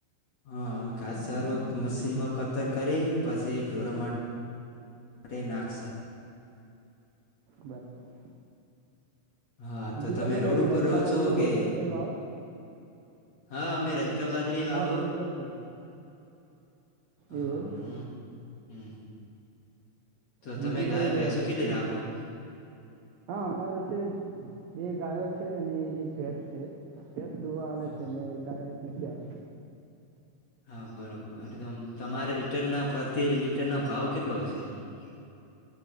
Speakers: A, on the left; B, on the right.
A: હા અ કાસ સારો મશીનમાં કતર કરી પછી ઢોરો મા માટે નાખસા
B: બરાબર.
A: હા
B: બીજું
A: તો તમે રોડ
B: કઈ
A: ઉપર
B: રચકા
A: રહો છો
B: બાજરી
A: કે
B: વગેરે કઈ વાવો
A: હા અમે રજકા બાજરી વાવ
B: હા રોડ ઉપર જ રહી એવું
A: હા
B: એમ
A: હમ. તો
B: બીજું
A: તમે
B: કઈ
A: ગાયો પેસો કેટલી રાખો?
B: હા, અમારે છે બે ગાયો છે અને એક ભેસ છે. ડોવા આવે
A: હા
B: છે, ને ગાય નસીબ
A: હા બરોબર એકદમ તમારે લીટરના પ્રતિ, લિટરનો ભાવ કેટલો હશે?